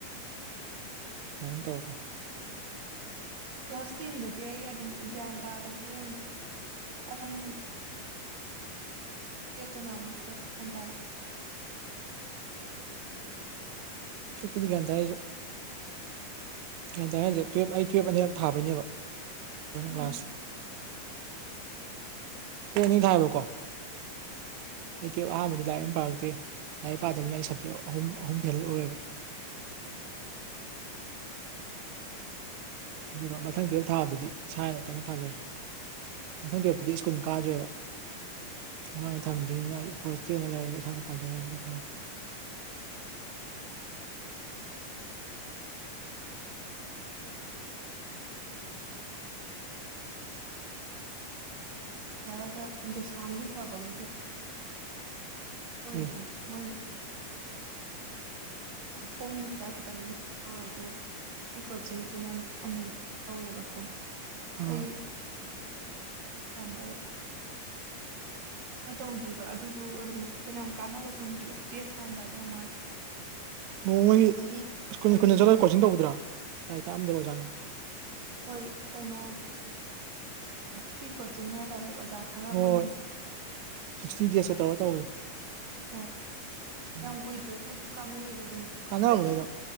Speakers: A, on the right; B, on the right.
A: ꯑꯝ ꯇꯧꯔꯈ꯭ꯔꯣ
B: ꯀ꯭ꯂꯥꯁ ꯇꯦꯟꯗꯗꯤ ꯑꯩ ꯑꯗꯨꯝ ꯒ꯭ꯌꯥꯟ ꯇꯥꯗꯕꯤꯗ ꯑꯗꯨꯝ ꯂꯦꯞꯇꯅ ꯑꯃꯨꯛ ꯈꯔ ꯍꯟ ꯇꯥꯔꯛꯑꯦ
A: ꯇꯨꯌꯦꯜꯞꯄꯇꯗꯤ ꯒ꯭ꯌꯥꯟ ꯇꯥꯏ ꯍꯥꯏꯔꯤꯁꯦ ꯒ꯭ꯌꯥꯟ ꯇꯥꯏ ꯍꯥꯏꯔꯤꯁꯦ ꯇꯨꯌꯦꯜꯞ ꯑꯩ ꯇꯨꯌꯦꯜꯞ ꯑꯅꯤꯔꯛ ꯊꯥꯕꯩꯅꯦꯕ
B: ꯎꯝ
A: ꯀ꯭ꯂꯥꯁ ꯇ ꯑꯅꯤ ꯊ ꯍꯥꯏꯕꯀꯣ ꯑꯩ ꯇꯨꯌꯦꯜꯞ ꯑꯍꯥꯟꯕꯗꯤ ꯂꯥꯏꯔꯤꯛ ꯑꯃ ꯌꯥꯝ ꯄꯥꯔꯛꯇꯦ ꯂꯥꯏꯔꯤꯛ ꯄꯥꯗꯕꯅ ꯑꯩ ꯁꯞꯖꯦꯛ ꯑꯍꯨꯝ ꯑꯍꯨꯝ ꯐꯦꯜ ꯑꯣꯏꯌꯦꯕ ꯑꯗꯨꯒ ꯃꯊꯪ ꯊꯕ ꯊꯥꯗꯨꯗꯤ ꯁꯥꯥꯏꯅ ꯇꯞꯅ ꯄꯥꯖꯔꯦ ꯃꯊꯪꯗꯤ ꯍꯞꯗꯤ ꯁ꯭ꯀꯨꯜ ꯀꯥꯗ꯭ꯔꯦꯕ ꯑꯉꯥꯡꯒꯤ ꯊꯥꯃꯤꯗꯅꯤꯅ ꯑꯩ ꯍꯣꯁꯇꯦꯜꯗ ꯂꯩꯔꯒ ꯏꯁꯥꯅ ꯄꯥꯖꯔꯦ ꯑꯗꯨꯒ ꯊꯥꯔꯦ <inaudible>
B: ꯍꯥꯏꯔꯒ ꯗꯦꯁꯥꯝꯒꯤ ꯐꯕꯝꯗꯨꯗ ꯑꯣ
A: ꯀꯔꯤ
B: ꯍ ꯃꯣꯏ ꯊꯣꯡꯒꯤ ꯄꯩꯁꯥ ꯈꯤꯇꯪ ꯂꯧꯧꯔꯁꯨ ꯑꯩ ꯀꯣꯆꯤꯡꯁꯤꯅ ꯑꯃꯨꯛ ꯇꯧꯋꯦꯕꯀꯣ
A: ꯑꯥ
B: ꯑꯩ ꯍꯗꯦ ꯇꯧꯈꯤꯕ ꯑꯗꯨꯁꯨ ꯑꯗꯨꯝ ꯐꯅꯌꯥꯝ ꯀꯥꯟꯅꯕ ꯐꯪꯈꯤꯕ ꯇꯨꯋꯜꯞ ꯊꯥꯔꯝꯗꯥꯏꯗꯧ ꯃꯥꯜꯂꯦ
A: ꯅꯣꯡꯃꯒꯤ
B: ꯑꯗꯒꯤ
A: ꯁ꯭ꯀꯨꯜ
B: ꯑꯩꯒꯤꯁꯨꯅꯦ
A: ꯈꯨꯨꯟꯗ ꯆꯠꯂꯒ ꯀꯣꯆꯤꯡ ꯇꯧꯗ꯭ꯔꯥ ꯂꯥꯏꯔꯤꯛ ꯇꯥꯛꯑꯝꯗ꯭ꯔꯣ ꯑꯣꯖꯥꯅ
B: ꯍꯣꯏ ꯀꯩꯅꯣ ꯐ꯭ꯔꯤ ꯀꯣꯆꯤꯡ ꯍꯥꯏꯇꯥꯔꯦ ꯑꯣꯖꯥ ꯈꯔ
A: ꯍꯣꯏ
B: ꯃꯣꯏꯅ
A: ꯍꯣꯏ ꯁꯤꯛꯁꯇꯤ ꯗꯦꯖꯇ ꯇꯧꯔ ꯇꯧꯕꯗꯣ
B: ꯑꯍꯣꯏ
A: ꯎꯝ
B: ꯌꯥꯝ ꯀꯨꯏꯗ꯭ꯔꯁꯨ ꯑꯗꯨꯝ ꯀꯥꯟꯅꯩꯌꯦꯕ ꯑꯗꯨꯝ
A: ꯀꯥꯟꯅꯕꯅꯦ
B: ꯑꯩꯗꯤ
A: ꯑꯗꯨꯝ